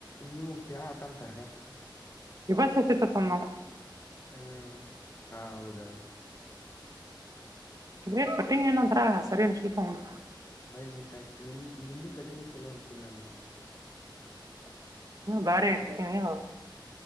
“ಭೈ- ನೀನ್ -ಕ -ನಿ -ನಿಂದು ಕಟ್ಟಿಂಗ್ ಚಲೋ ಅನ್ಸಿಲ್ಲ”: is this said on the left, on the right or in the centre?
Left